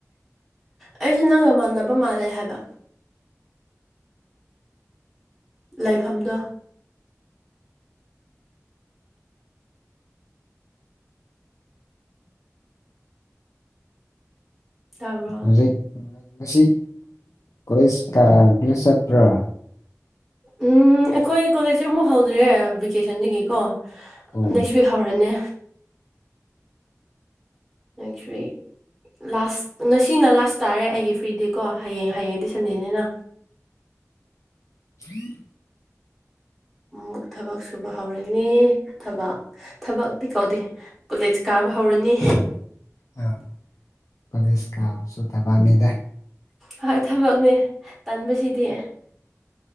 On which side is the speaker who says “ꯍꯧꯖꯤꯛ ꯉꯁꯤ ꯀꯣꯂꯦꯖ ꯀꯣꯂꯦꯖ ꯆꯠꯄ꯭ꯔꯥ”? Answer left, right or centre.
Left